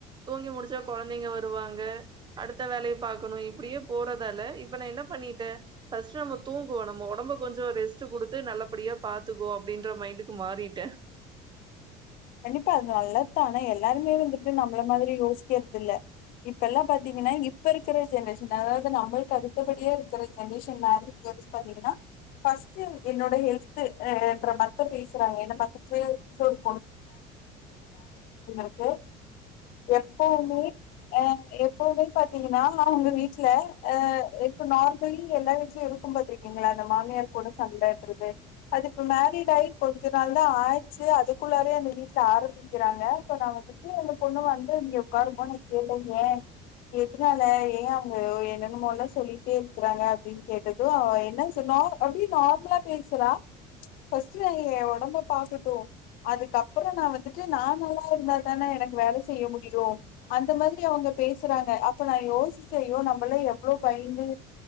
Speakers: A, on the right; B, on the left.
A: தூங்கி முடிச்சா கொழந்தைங்க வருவாங்க அடுத்த வேலைய பாக்கணோ இப்டியே போறதால இப்ப நா என்ன பண்ணிட்டே ஃபஸ்ட்டு நம்ம தூங்குவோ நம்ம ஒடம்ப கொஞ்சோ ரெஸ்ட் டு குடுத்து நல்லபடியா பாத்துக்கோ அப்டீன்ற மைண்டுக்கு மாறிட்டே
B: கண்டிப்பா அது நல்லத்தான எல்லாருமே வந்துட்டு நம்மள மாதிரி யோசிக்கறதில்ல இப்ப எல்லா பாத்தீங்கன்னா இப்ப இருக்குற ஜென்ரேஷன் அதாவது நம்மளுக்கு அடுத்தபடியா இருக்கிற ஜென்ரேஷன் நாளு இங்க வெச்சு பாத்தீங்கன்னா ஃபர்ஸ்ட்டு என்னோட ஹெல்த்து என்ற மத்த பேசுறாங்க என் பாக்க செரி புதுசா ஒரு பொண்ணு <unintelligible> எப்போவுமே அ எப்பவுமே பாத்தீங்கன்னா அவுங்க வீட்ல அ இப்ப நார்மலி எல்லா வீட்லயு இரு இப்போ பாத்திருக்கீங்களா அந்த மாமியார் கூட சண்ட இடுறது அதுக்கு மேரிட்டாயி கொஞ்ச நாள் தான் ஆச்சு அதுக்குள்ளாரே அந்த வீட்ல ஆரம்பிக்கிறாங்க இப்ப நான் வந்துட்டு அந்த பொண்ணு வந்து இங்க உட்காருப்போ கேட்டேங்க எதுனால ஏன் அவங்க என்னென்னமோ எல்லாம் சொல்லிட்டே இருக்கிறாங்க அப்டின்னு கேட்டது ப்ரோ அவ என்ன சொன்னாலும் அப்டியே நார்மலா பேசுறா ஃபஸ்ட்டு ஏ உடம்ப பாக்கட்டு அதுக்கப்புற நா வந்து நா நல்லா இருந்தாதானே எனக்கு வேலை செய்ய முடியு அந்த மாரி அவங்க பேசுறாங்க இப்ப நான் யோசிச்சே ஐயோ நம்பல்லாம் எவ்ளோ பயந்து